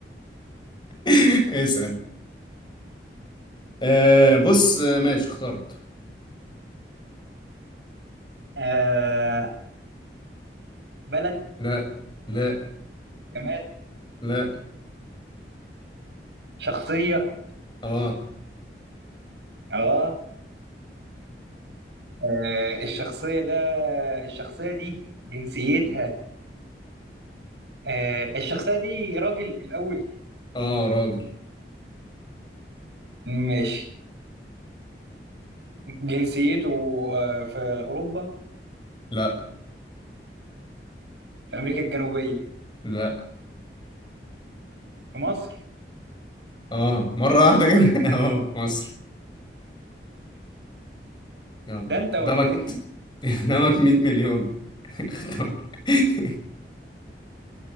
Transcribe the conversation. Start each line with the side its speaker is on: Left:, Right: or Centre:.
Left: <laughs> اسأل آه بص آه، ماشي اخترت
Right: آه، بلد
Left: لا لا
Right: جماد
Left: لا
Right: شخصية
Left: اه
Right: اه آه، الشخصية ده الشخصية دي جنسيتها
Left: <laughs>
Right: آه، الشخصية دي راجل الأول
Left: اه راجل
Right: ماشي جنسيته آه، في أوروبا
Left: لا
Right: في أمريكا الجنوبية
Left: لا
Right: في مصر
Left: اه مرة واحدة كده <laughs> اه مصري يلا
Right: ده انت ولا
Left: قدامك
Right: ايه
Left: ت- <laughs> قدامك 100 مليون <laughs> اختار <laughs>